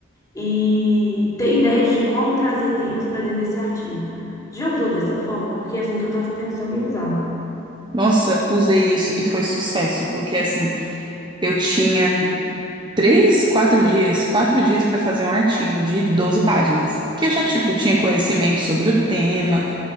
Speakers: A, on the left (about 15°); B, on the right (about 25°).
A: e ter ideias de como trazer temas para dentro desse artigo. Já usou dessa forma? Porque é assim que eu estava pensando em usar.
B: Nossa, usei isso e foi sucesso, porque assim, eu tinha três, quatro dias, quatro dias para fazer um artigo de 12 páginas, que eu já, tipo, tinha conhecimento sobre o tema,